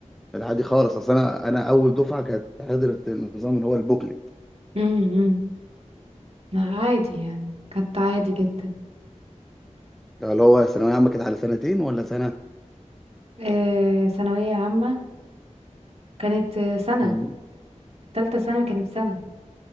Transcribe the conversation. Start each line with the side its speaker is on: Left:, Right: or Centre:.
Centre: العادي خالص اصل انا انا اول دفعه كانت حضرت النظام اللي هو البوكلت
Right: مم، مم. لا عادي يعني كانت عادي جدا
Centre: اللي هو ثانويه عامه كانت على سنتين ولا سنه
Right: آه ثانوية عامة كانت آه، سنة
Centre: مم.
Right: تالتة سنة كانت سنة